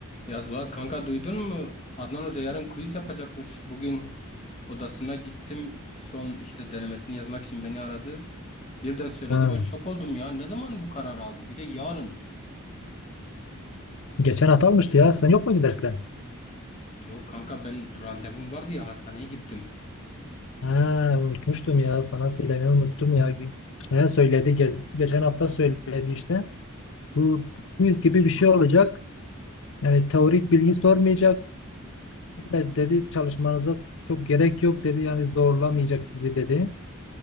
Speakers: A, on the left; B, on the left.
A: Ya Zuhat kanka duydun mu? Adnan Hoca yarın quiz yapacakmış. Bugün odasına gittim. Son işte denemesini yazmak için beni aradı. Birden söyledi
B: Ha.
A: ben şok oldum ya. Ne zaman bu karar aldı? Bir de yarın.
B: Geçen hafta almıştı ya. Sen yok muydun derste?
A: Yok kanka ben randevum vardı ya hastaneye gittim.
B: Ha, unutmuştum ya. Sana söylemeyi unuttum ya. Ne söyledi? Ge- geçen hafta söyledi işte. Bu quiz gibi bir şey olacak. Yani teorik bilgi sormayacak. De- dedi çalışmanıza çok gerek yok dedi. Yani zorlamayacak sizi dedi.